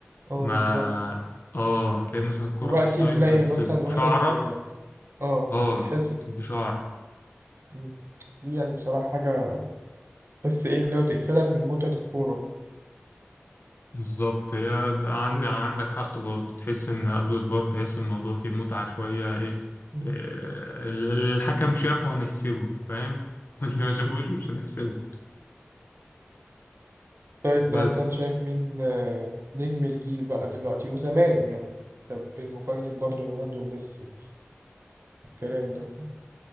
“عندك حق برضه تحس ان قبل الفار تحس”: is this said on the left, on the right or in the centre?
Left